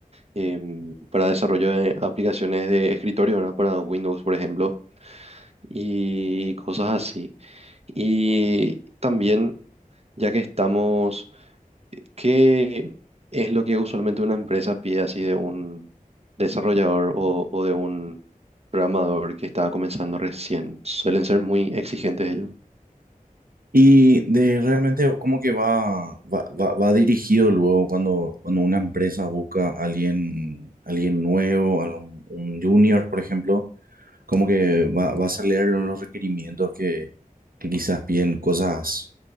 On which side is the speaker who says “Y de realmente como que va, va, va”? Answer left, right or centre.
Right